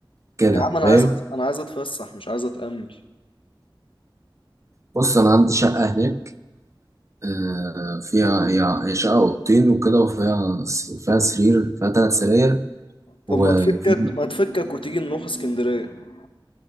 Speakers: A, on the right; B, on the left.
A: كده
B: يا عم انا
A: فاهم
B: عايز أت... انا عايز اتفسح مش عايز اتأمل
A: بص انا عندي شقه هناك آه، فيها هي هي شقه اوضتين وكده وفيها فيها سرير فيها ثلاث سراير
B: طب
A: وفي
B: ما تفكك ما تفكك وتيجي نروح اسكندرية